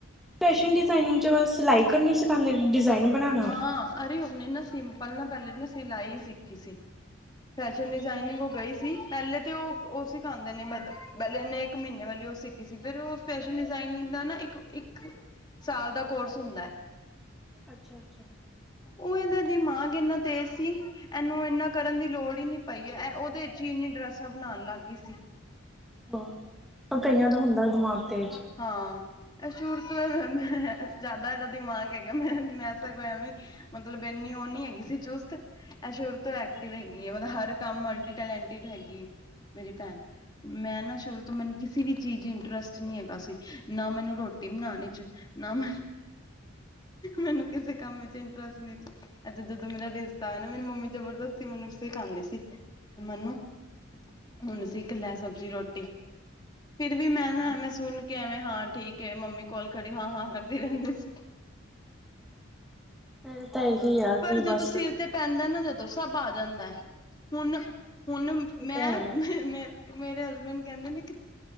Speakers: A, in the centre; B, on the left (about 20°).
A: ਫੈਸ਼ਨ ਡਿਜ਼ਾਈਨਿਗ ਚ ਸਿਲਾਈ ਕਰਨੀ ਸਿਖਾਂਦੇ ਡਿਜ਼ਾਇਨ ਬਣਾਉਣਾ
B: ਹਾਂ ਅਰੇ ਓਨੇ ਨਾ ਸਿੰਪਲ ਨਾ ਪੈਲੇ ਮੈਂ ਸਿਲਾਈ ਸਿੱਖੀ ਸੀ। ਫੈਸ਼ਨ ਡਿਜ਼ਾਈਨਿਗ
A: ਅੱਛਾ
B: ਓ ਗਈ। ਸੀ ਪੈਲੇ ਤੇ ਓ, ਓ ਸਿਖਾਂਦੇ ਨੇ ਪੈਲੇ ਓਨੇ ਏਕ ਮੀਨੇ ਵਾਲੀ ਓ ਸਿੱਖੀ ਸੀ ਫੇਰ ਓ। ਫੈਸ਼ਨ ਡਿਜ਼ਾਇਨਿਗ ਦਾ ਨਾ ਇੱਕ-ਇੱਕ ਸਾਲ ਦਾ ਕੋਰਸ ਹੁੰਦਾ।
A: ਅੱਛਾ-ਅੱਛਾ।
B: ਓ‌ ਐਨਾ ਦਿਮਾਗ ਏਨਾ ਤੇਜ਼ ਸੀ। ਐਨੂੰ ਐਨਾ ਕਰਨ ਦੀ ਲੋੜ ਈ ਨੀ ਪਈ ਐ ਓਦੇ ਚ ਈ ਇੰਨੀ ਡਰੈਸਾਂ ਬਨਾਨ ਲਾੱਗ ਗੀ ਸੀ।
A: <unintelligible> ਕਈਆਂ ਦਾ ਹੁੰਦਾ ਦਮਾਗ ਤੇਜ।
B: ਹਾਂ। ਸੂਰ ਤੋ ਜਾਦਾ ਐਦਾ ਦਿਮਾਗ ਹੈਗਾ ਮੈਂ, ਮੈਂ ਸਗੋਂ ਐਂਵੇ ਈ। ਮਤਲਬ ਐਨੀ ਓ ਨੀ ਹੈਗੀ ਸੀ ਚੁਸਤ ਐ ਸ਼ੁਰੂ ਤੋਂ। ਐਕਟਿਵ
A: ਅੱਛਾ
B: ਹੈਗੀ
A: ਅੱਛਾ
B: ਏ ਮਤਲਬ ਹਰ ਕਾੰਮ ਮਲਟੀ ਟੈਲੈਂਟੀਡ ਹੈਗੀ ਏ ਮੇਰੀ ਪੈਨ। ਮੈਂ ਨਾ ਸ਼ੁਰੂ ਤੋਂ ਮੈਨੂੰ ਕਿਸੀ ਵੀ ਚੀਜ਼ ਇੰਟਰਸਟ ਨੀ ਹੈਗਾ ਸੀ ਨਾ ਮੈਨੂੰ ਰੋਟੀ ਬਨਾਨ ਇਚ। ਕੰਮ ਮੈਨੂੰ ਕਿਸੇ ਕੰਮ 'ਚ ਇੰਟਰਸਟ ਨਈ। ਤੇ ਜਦੋਂ ਮੇਰਾ ਰਿਸ਼ਤਾ ਆਇਆ ਨਾ ਮੇਰੀ ਮੰਮੀ ਜਬਰਦਸਤੀ ਮੈਨੂੰ ਸਿਖਾਂਦੀ ਸੀ ਮੰਨੋ ਹੁਣ ਸਿੱਖ ਲੈ ਸਬਜ਼ੀ ਰੋਟੀ ਫਿਰ ਵੀ ਮੈਂ ਨਾ ਐਵੇਂ ਸੁਣ ਐਵੇਂ ਹਾਂ ਠੀਕ ਹੈ ਮੰਮੀ ਕੋਲ ਖੜੀ ਹਾਂ-ਹਾਂ ਕਰਦੀ ਰੈਂਦੀ ਸੀ।
A: ਮੇਰੇ ਤਾਂ ਇਹੀ ਆ
B: ਪਰ
A: ਕਿ
B: ਜਦੋਂ
A: ਬਸ
B: ਸਿਰ ਤੇ ਪੈਂਦਾ ਨਾ ਜਦੋਂ ਸਭ ਆ ਜਾਂਦਾ ਹੁਣਹੁਣ ਮੈਂ-ਮੈਂ
A: ਤਾਂ ਹੈ
B: ਮੇਰੇ ਹਸਬੈਂਡ ਕੈਂਦੇ ਨੇ ਕਿ